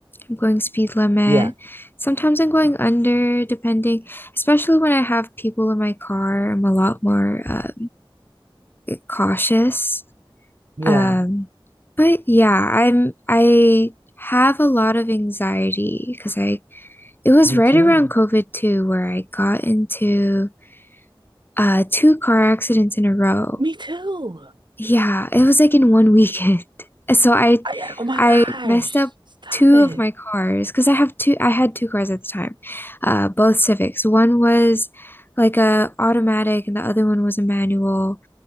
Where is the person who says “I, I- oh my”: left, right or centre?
Right